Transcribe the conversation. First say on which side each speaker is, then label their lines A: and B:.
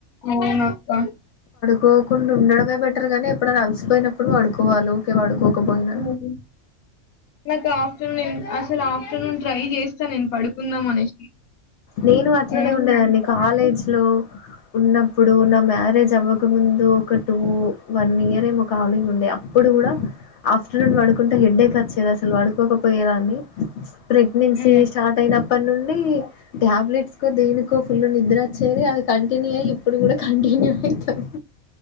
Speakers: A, on the left (about 85°); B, on the left (about 65°).
A: అవును అక్క
B: పోకుండా ఉండడమే బెటర్గాని ఎప్పుడన అలసిపోయినప్పుడు వడుకోవాలి వుకే పడుకో పండుకోకుండా
A: హ్మ్. నాకు ఆఫ్టర్నూన్ అసలు ఆఫ్టర్నూన్ ట్రై చేస్తా నేను పడుకుందాం అనేసి
B: నేను అట్లనే
A: ఓన్లీ
B: ఉండేదాన్ని
A: నైట్ టైమ్‌లో
B: కాలేజ్ లో ఉన్న అప్పుడు నా మ్యారేజ్ అవ్వకముందు ఒక టూ వన్ ఇయరేమో కలిగుండే అప్పుడు కూడా ఆఫ్టర్నూన్ వడుకుంటే హెడ్ ఎక్ వచ్చేది అసలు పడుకోకపోయే దాన్ని ప్రెగ్నెన్సీ
A: హ్మ్.
B: స్టార్ట్ అయినప్పడ్ నుండి టాబ్లెట్స్కో దేనికో ఫుల్ నిద్ర వచ్చేది అది కాన్ ని ఇప్పుడు కూడా కంటిన్యూ అయితాంది